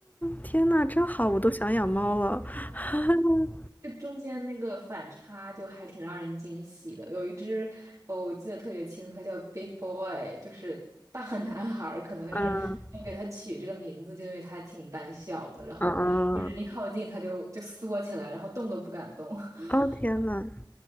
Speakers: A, on the left (about 20°); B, on the right (about 40°).
A: 天呐，真好，我都想养猫了。<laughs>
B: 这中间那个反差就还挺让人惊喜的。有一只，哦，我记得特别清楚，它叫 Big Boy，就是大男孩儿可能是他给它取这个名字，
A: 嗯
B: 就因为它挺胆小的，然后就人一靠近它就就缩起来，
A: 嗯嗯，
B: 然后动都不敢动。<laughs>
A: 哦天呐，